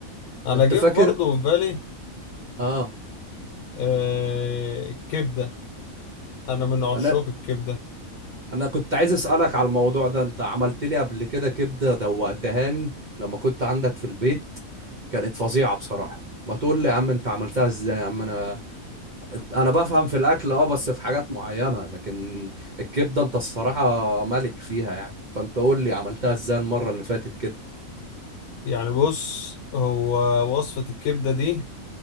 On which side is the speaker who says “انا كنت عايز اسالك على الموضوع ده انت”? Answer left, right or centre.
Right